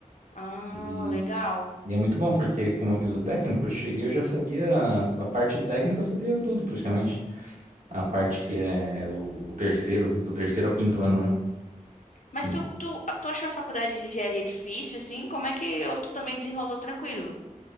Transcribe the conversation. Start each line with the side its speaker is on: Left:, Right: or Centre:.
Left: Ah,
Right: e,
Left: legal.
Right: e é muito bom porque como eu fiz o técnico, eu cheguei, eu já sabia a parte técnica, eu sabia tudo praticamente. a parte que é o, o terceiro, do terceiro ao quinto ano, né?
Left: Mas
Right: E-
Left: tu, tu, tu achou a faculdade de engenharia difícil, assim? Como é que ou tu também desenrolou tranquilo?